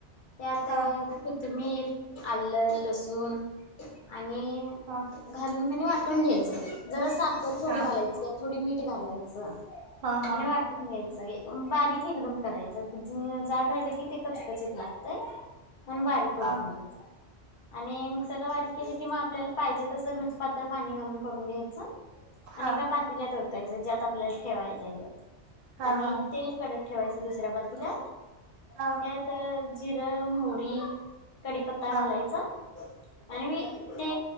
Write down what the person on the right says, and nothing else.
हा
हां.
हा
हा हा
हा
हा
हा
हा
हा.
हा